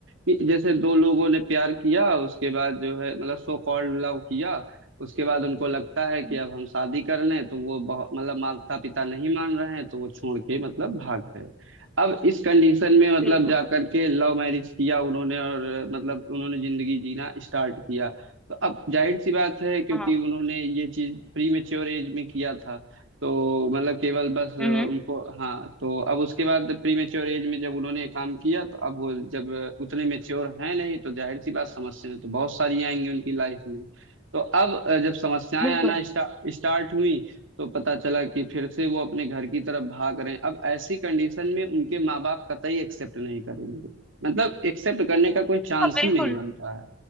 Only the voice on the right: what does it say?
कि जैसे दो लोगों ने प्यार किया उसके बाद जो है मतलब सो कॉल्ड लव किया उसके बाद उनको लगता है कि
अब हम शादी कर लें तो वो बहुत मतलब माता पिता नहीं मान रहे हैं तो वो छोड़ के मतलब भाग गए अब इस कंडीशन में मतलब
जा करके लव मैरिज किया उन्होंने और अ, मतलब उन्होंने जिंदगी जीना स्टार्ट किया तो अब जाहिर सी बात है क्योंकि
उन्होंने ये चीज प्री मेच्योर एज में किया था तो मतलब केवल बस उनको
हाँ तो अब उसके बाद प्री मेच्योर एज में जब उन्होंने ये काम किया तो अब वो जब उतने मेच्योर हैं नहीं तो जाहिर सी बात समस्याएं तो बहुत सारी आएंगी उनकी लाइफ में तो अब अ, जब समस्याएं
आना स्टा, स्टार्ट हुई तो पता चला कि फिर से वो अपने घर की तरफ भाग रहे हैं अब ऐसी कंडीशन में उनके माँ बाप कतई एक्सेप्ट नहीं करेंगे मतलब एक्सेप्ट करने का कोई चांस
ही नहीं बनता है